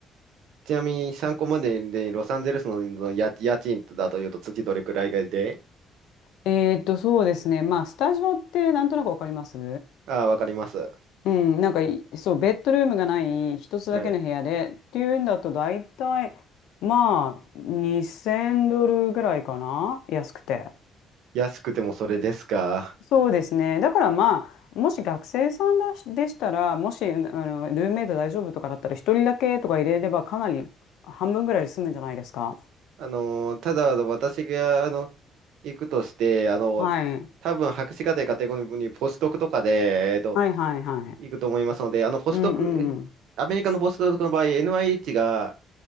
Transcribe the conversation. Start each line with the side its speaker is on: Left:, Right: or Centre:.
Right: ちなみに参考までで、ロサンゼルスのの家、家賃だというと、月どれくらいがで、
Left: えーっと、そうですね。まあ、スタジオってなんとなくわかります
Right: ああ、わかります。
Left: うん、なんかい、そう、ベッドルームがない一つだけの部屋でっていうんだと大体、
Right: はい。
Left: まあ、2000ドルぐらいかな安くて。
Right: 安くてもそれですか。
Left: そうですね。だからまあ、もし学生さんだしでしたら、もし、あの、ルームメイト大丈夫とかだったら、一人だけとか入れればかなり半分ぐらいで済むんじゃないですか。
Right: あの、ただ、私が、あの、行くとして、あの、
Left: はい。
Right: 多分博士課程カテゴリーにポスドクとかで、えっと、
Left: はいはいはい。
Right: 行くと思いますので、あの、ポスドク、
Left: うんうんうん。
Right: えのアメリカのポスドクの場合、NIH が